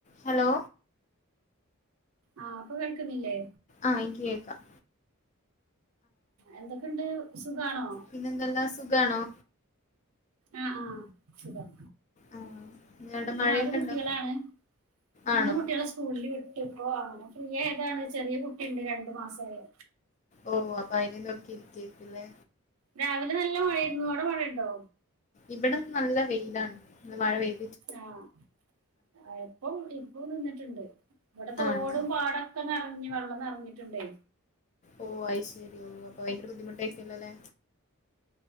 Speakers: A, on the left (about 30°); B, on the right (about 75°).
A: ഹലോ
B: ആ ഇപ്പ കേൾക്ക്ന്നില്ലേ
A: ആ എനിക്ക് കേക്കാം
B: എന്തൊക്കെ ഇണ്ട് സുഖാണോ
A: പിന്നെ എന്തെല്ലാ സുഖാണോ
B: ആ ആഹ് സുഖം
A: ആഹ് ഇന്നവിടെ
B: ഇൻക്ക്
A: മഴയൊക്കെ
B: നാല് കുട്ടികളാണ്
A: ഉണ്ടോ
B: മൂന്ന്
A: ആണോ
B: കുട്ടികളെ സ്കൂൾല് വിട്ടു ഇപ്പോ അങ്ങനെ ഫ്രീ ആയതാണ് ചെറിയ കുട്ടി ഇണ്ട് രണ്ടു മാസായെ
A: ഓ അപ്പൊ അയിനെ നോക്കി ഇരിക്ക്യായിരിക്കു ലെ
B: രാവിലെ നല്ല മഴയായിരുന്നു അവടെ മഴ ഇണ്ടോ
A: ഇവടെ ഇന്ന് നല്ല വെയിലാണ് ഇന്ന് മഴ പെയ്
B: ആഹ് എപ്പം ഇപ്പോ നിന്ന്ട്ട്ണ്ട് ഇവടെ തോടും
A: ആണല്ലേ
B: പാട ഒക്കെ നെറഞ്ഞ് വെള്ളം നെറഞ്ഞിട്ടുണ്ടേ
A: ഓഹ അയ് ശരി ഓഹ അപ്പൊ ഭയങ്കര ബുദ്ധിമുട്ടായിരിക്കൂലല്ലേ